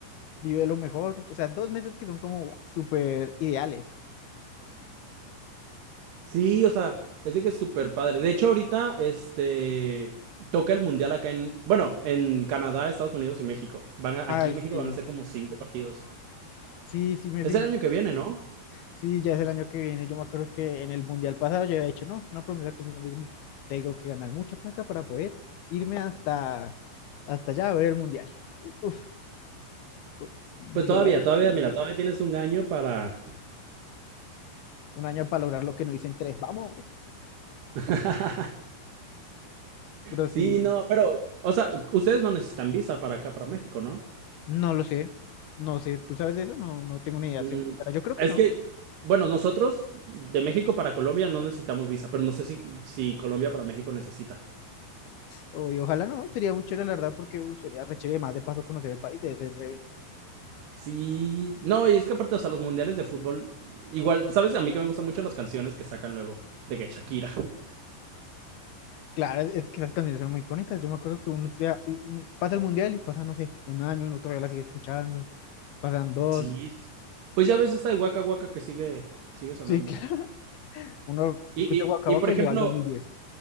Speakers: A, on the left (about 70°); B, on the right (about 65°).
A: vive lo mejor, o sea, dos meses que son como súper ideales.
B: Sí, o sea, es de que es súper padre. De hecho, ahorita, este, toca el mundial acá en, bueno, en Canadá, Estados Unidos y México. Van a-
A: Ay,
B: aquí en México
A: sí,
B: van a ser como cinco partidos.
A: sí, sí, me
B: Es
A: fijé,
B: el año que viene, ¿no?
A: Sí, ya es el año que viene. Yo me acuerdo que en el mundial pasado yo había hecho, no, una promesa conmigo mismo. Tengo que ganar mucha plata para poder irme hasta, hasta allá a ver el mundial. Y, uf, co-
B: Pues todavía,
A: lo veo
B: todavía, mira, todavía tienes un año para...
A: un año para lograr lo que no hice en tres. Vamos.
B: <laughs>
A: Pero
B: Sí,
A: sí,
B: no, pero, o sea, ustedes no necesitan visa para acá, para México, ¿no?
A: no lo sé. No sé, ¿tú sabes de eso? No, no tengo ni idea.
B: Mm,
A: Si no, yo creo que
B: es
A: no.
B: que, bueno, nosotros de México para Colombia no necesitamos visa, pero no sé si, si Colombia para México necesita.
A: O, y ojalá no. Sería muy chévere, la verdad, porque uf, sería re chévere. Más de paso, conocer el país. Debe ser re-
B: Sí, no, y es que aparte, o sea, los mundiales de fútbol, igual, ¿sabes? A mí que me gustan mucho las canciones que sacan luego, de que Shakira.
A: Claro, es es que esas canciones son muy icónicas. Yo me acuerdo que uno sea, y uno pasa el mundial y pasa, no sé, un año, uno todavía la sigue escuchando. pasan dos.
B: Sí, sí, sí. Pues ya ves esta de Waka Waka que sigue, sigue sonando.
A: Sí, <laughs> claro. Uno
B: Y,
A: escucha
B: y,
A: Waka
B: y
A: Waka
B: por ejemplo,
A: y llega al dos mil diez.